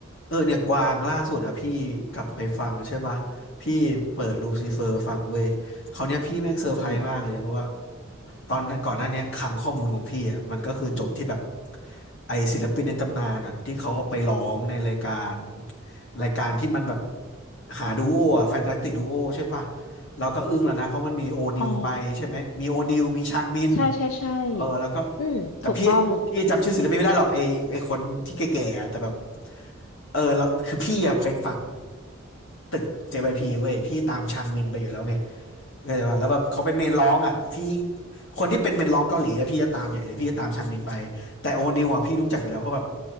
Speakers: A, on the left; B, on the left.
A: เออเนี่ยกวางล่าสุดอะพี่กลับไปฟังใช่ปะพี่เปิดลูซิเฟอร์ฟังเว้ยเขาวเนี้ยพี่แม่งเซอร์ไพรส์มากเลยเพราะว่า
B: อืม
A: ตอนนั้นก่อนหน้าเนี้ยคลังข้อมูลของพี่อะมันก็คือจบที่แบบไอศิลปินในตำนานอะที่เขาเอาไปร้องในรายการรายการที่มันแบบหาดูโออะแฟนตาสติกดูโอใช่ปะเราก็อึ้งแล้วนะเพราะมันมีโอนิวไปใช่ไหมมีโอนิวมีชางมิน
B: อ๋อ ใช่ใช่ใช่
A: เออแล้วก็
B: อืม
A: แต่พี่พี่จำชื่อศิลปินไม่ได้หรอกไอไอคนที่แก่ๆอะแต่แบบ
B: ถูกต้อง
A: เออแล้วคือพี่อะเป็นฝั่งตึก JYP เว้ยพี่ตามชางมินไปอยู่แล้วไงเข้าใจป่ะแล้วแบบเขาเป็นเมนร้องอ่ะพี่ยิ่งคนที่เป็นเมนร้องเกาหลีอะพี่จะตามใหญ่เลยพี่จะตามชางมินไปแต่โอนิวอะพี่รู้จักอยู่แล้วเพราะแบบ